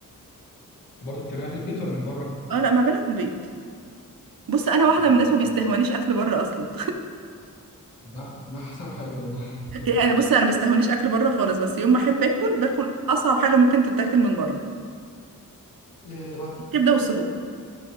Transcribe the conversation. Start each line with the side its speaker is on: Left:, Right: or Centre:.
Left: برضه بتعمليها في البيت ولا من بره
Right: أه لا ما بعملها في البيت بص انا واحده
Left: ايوه
Right: من الناس ما بيستهونيش اكل بره اصلا
Left: ده ده احسن حاجه والله
Right: <laughs> يعني بص انا ما بيستهونيش اكل بره خالص بس يوم ما احب اكل باكل اصعب حاجه ممكن تتاكل من بره
Left: ايه بقى
Right: كبده وسجق